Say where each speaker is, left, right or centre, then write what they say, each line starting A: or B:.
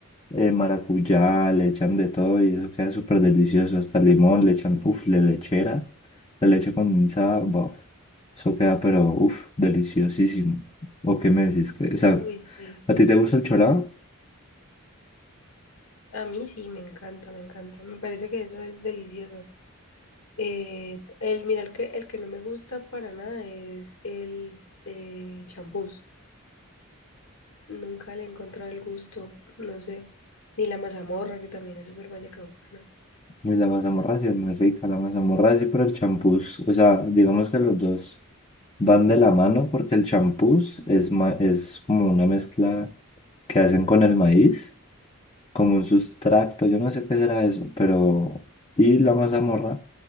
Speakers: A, on the left; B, on the left.
A: eh, maracuyá, le echan de todo y eso queda súper delicioso. Hasta limón, le echan, uff, la lechera, la leche condensada, buah, eso queda, pero uff, deliciosísimo. ¿O qué me decís? que- O sea,
B: Uy, sí.
A: ¿a ti te gusta el chorado?
B: A mí sí, me encanta, me encanta. Me parece que eso es delicioso. Eh, el, mira, el que, el que no me gusta para nada es el eh, champús. Nunca le he encontrado el gusto, no sé. Ni la mazamorra, que también es súper vallecaucana.
A: Y la mazamorracia es muy rica, la mazamorracia, pero el champús, o sea, digamos que los dos van de la mano porque el champús es, ma- es como una mezcla que hacen con el maíz. como un sustracto, yo no sé qué será eso, pero... Y la mazamorra,